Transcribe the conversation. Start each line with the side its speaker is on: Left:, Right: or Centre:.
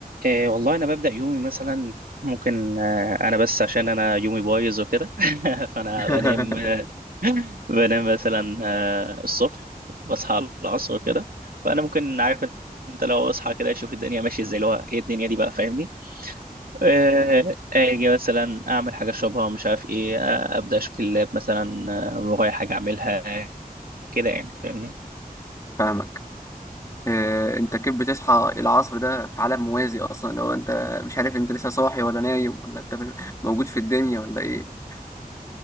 Right: إيه والله انا ببدا يومي مثلا ممكن آه، انا بس عشان انا يومي بايظ وكده <laughs> فانا
Left: <laughs>
Right: بنام آه، <laughs> بنام مثلا آه، الصبح بصحى على العصر وكده فانا ممكن عارف انت لو اصحى كده اشوف الدنيا ماشيه ازاي اللي هو ايه الدنيا دي بقى فاهمني آه، اجي مثلا اعمل حاجه اشربها مش عارف ايه آه، ابدا اشوف اللاب مثلا آه، ورايا حاجه اعملها كده يعني فاهمني
Left: فاهمك آه، انت كيف بتصحى العصر ده في عالم موازي اصلا لو انت مش عارف انت لسه صاحي ولا نايم ولا انت <laughs> موجود في الدنيا ولا ايه